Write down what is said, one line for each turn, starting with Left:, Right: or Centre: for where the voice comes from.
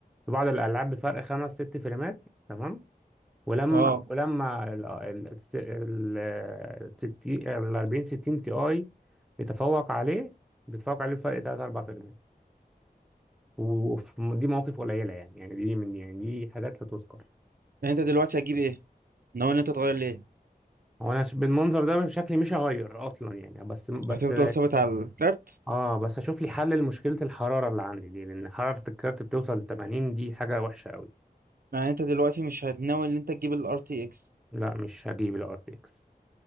Centre: في بعض الالعاب بفرق خمس ست فريمات تمام ولما
Right: اه
Centre: ولما ال ال ال ال 60 ال 40 60 تي اي بيتفوق عليه بيتفوق عليه بفرق 3 4 فيرمنت ودي مواقف قليله يعني يعني دي من يعني دي حاجات لا تذكر
Right: يعني انت دلوقتي هتجيب ايه ناوي ان انت تغير ليه
Centre: هو انا ش- بالمنظر ده شكلي مش هغير اصلا يعني بس بس
Right: هتفضل ثابت على الكارت
Centre: اه بس اشوف لي حل لمشكله الحراره اللي عندي دي لان حراره الكارت بتوصل ل 80 دي حاجه وحشه قوي
Right: يعني انت دلوقتي مش هتناوي ان انت تجيب الار تي اكس
Centre: لا مش هجيب الار تي اكس